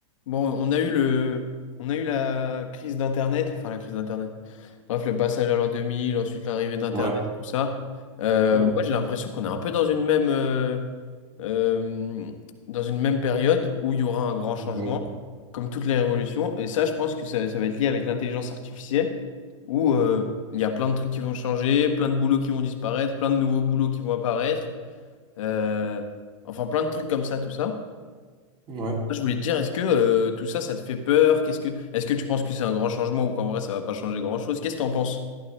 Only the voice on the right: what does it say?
Ouais.
Mm.
Ouais.
Ouais.